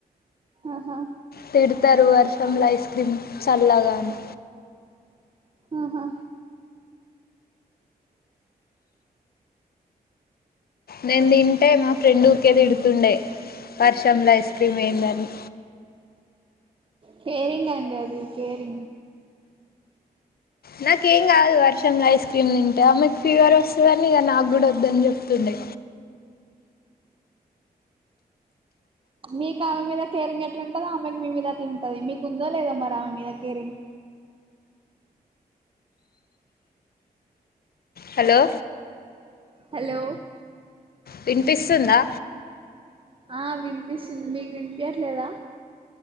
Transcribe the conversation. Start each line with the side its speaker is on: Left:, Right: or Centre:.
Right: ఆహా
Left: తిడతారు వర్షంలో ఐస్ క్రీమ్ చల్లగా అని
Right: ఆహా
Left: నేను తింటే మా ఫ్రెండ్ ఊకే తిడుతుండే వర్షంలో ఐస్ క్రీమ్ ఏంది అని
Right: కేరింగ్ అండి అది కేరింగ్
Left: నాకేం కాదు వర్షంలో ఐస్ క్రీమ్ తింటే ఆమెకు ఫీవర్ వస్తదని ఇగ నాకు కూడ వద్దని చెప్తుండే
Right: మీకు ఆమె మీద కేరింగ్ ఎట్లా ఉంటందో ఆమెకి మీద అట్లా ఉంటది మీకు ఉందో లేదో మరి ఆమె మీద కేరింగ్
Left: హలో
Right: హలో
Left: విన్పిస్తుందా
Right: ఆ విన్పిస్తుంది మీకు విన్పియ్యట్లేదా